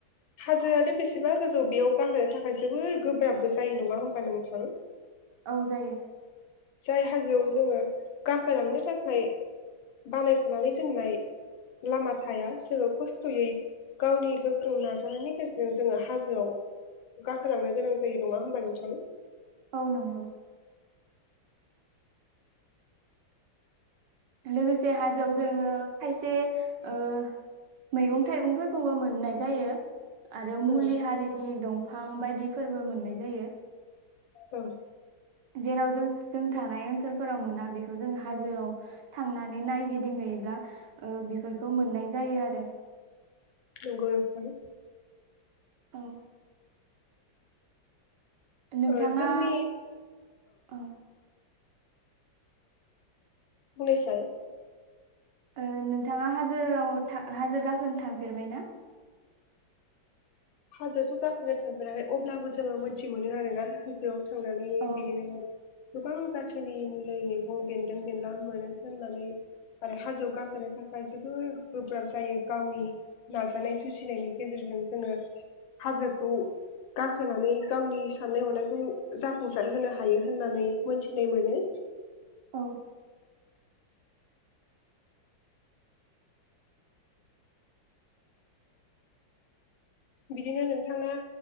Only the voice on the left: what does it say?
हाजोआनो बेसेबा गोजौ बेयाव गाखोनो थाखाय जोबोर गोब्राबबो जायो नङा होमबा नोंथां?
जाय हाजोआव जोङो गाखोलांनो थाखाय बानायखानानै दोननाय लामा थाया जोङो खस्थ'यै गावनि गोख्रों नाजानायनि गेजेरजों जोङो हाजोआव गाखोलांनो गोनां जायो नङा होमबा नोंथां?
औ
औ
नंगौ नोंथां
ओ जोंनि
बुंनाय साय।
हाजोथ' गाखोनो थांफेराखै अब्लाबो जोङो मोन्थि मोनो आरोना हाजोआव थांनानै
बिदिनो गोबां जाथोनि मुलि मैगं बेन्दों बेन्ला मोनो होननानै आरो हाजोआव गाखोनो थाखाय जोबोद गोब्राब जायो गावनि नाजानाय जुजिनायनि गेजेरजों जोङो हाजोखौ गाखोनानै गावनि साननाय हनायखौ जाफुंसार होनो हायो होननानै मोनथिनाय मोनो।
बिदिनो नोंथाङा